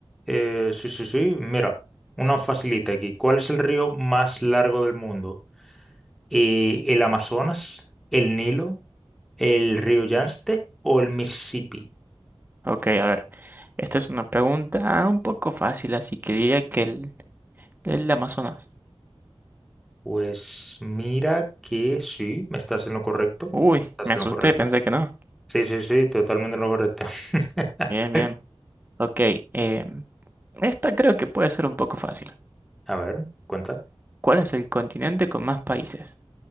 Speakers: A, in the centre; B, on the right (about 20°).
A: Eh, sí, sí, sí. Mira, una facilita aquí. ¿Cuál es el río más largo del mundo? Eh, ¿el Amazonas, el Nilo, el río Yangtze o el Mississippi?
B: Ok, a ver. Esta es una pregunta un poco fácil, así que diría que el, el Amazonas.
A: Pues mira que sí, me estás en lo correcto.
B: Uy,
A: Estás
B: me
A: en
B: asusté,
A: lo correcto.
B: pensé que no.
A: Sí, sí, sí, totalmente en lo correcto. <laughs>
B: Bien, bien. Ok, em, esta creo que puede ser un poco fácil.
A: A ver, cuenta.
B: ¿Cuál es el continente con más países?